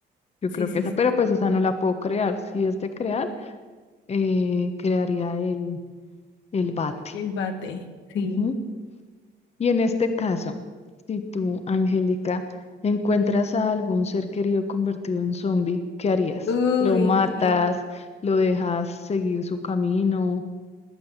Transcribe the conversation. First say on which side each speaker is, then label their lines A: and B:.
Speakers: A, on the left; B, on the left.
A: yo
B: Sí,
A: creo
B: sí,
A: que esa,
B: sí.
A: pero pues esa no la puedo crear. Si es de crear. eh, crearía el, el bate.
B: El bate, sí.
A: Ujú. Y en este caso, si tú, Angélica, encuentras a algún ser querido convertido en zombie, ¿qué harías?
B: Uy.
A: ¿Lo matas? ¿Lo dejas seguir su camino?